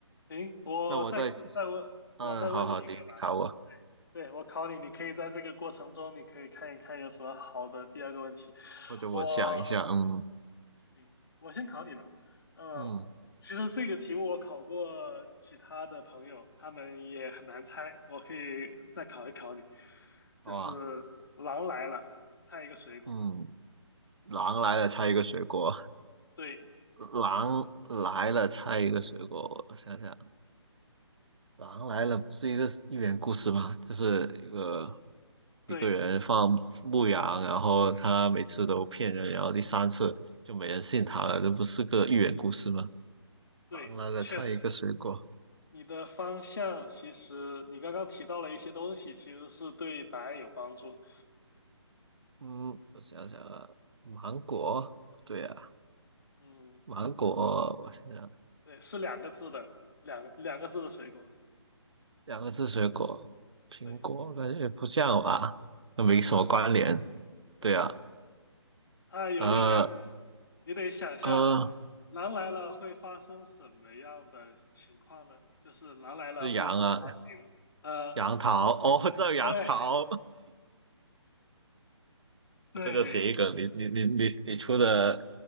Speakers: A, on the left (about 50°); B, on the right (about 65°).
A: 行，我再再问，
B: 那我再嗯，
A: 我再问你一个吧。
B: 好好，你你考我，
A: 对，对，我考你，你可以在这个过程中，你可以看一看有什么好的第二个问题。
B: 或者我想一下，
A: 我
B: 嗯
A: 行，我先考你吧。呃，
B: 嗯，
A: 其实这个题目我考过其他的朋友，他们也很难猜，我可以再考一考你。就是狼来了，
B: 好吧，
A: 猜一个水果。
B: 嗯，狼来了，猜一个水果，
A: 对，
B: 狼来了，猜一个水果，我想想，狼来了不是一个寓言故事吗？就是一个
A: 嗯，对
B: 一个人放牧羊，然后他每次都骗人，然后第三次就没人信他了，这不是个寓言故事吗？
A: 对，
B: 狼来了，
A: 确实。
B: 猜一个水果，
A: 你的方向其实你刚刚提到了一些东西，其实是对答案有帮助的。
B: 嗯，我想想啊，芒果，对啊，
A: 嗯，
B: 芒果，我想想。
A: 对，是两个字的，两两个字的水果。
B: 两个字水果，苹果感觉不像吧，
A: 对，
B: 那没什么关联。
A: 不是，不是，
B: 对啊，
A: 它有点难度，
B: 呃
A: 你得想象
B: 呃，
A: 狼来了会发生什么样的情况呢？就是狼来了会有什么场景呢？
B: 是杨啊，
A: 呃，
B: 杨桃哦，这杨桃，
A: 对，<laughs> 对，
B: 这个谐音梗，你你你你你出的，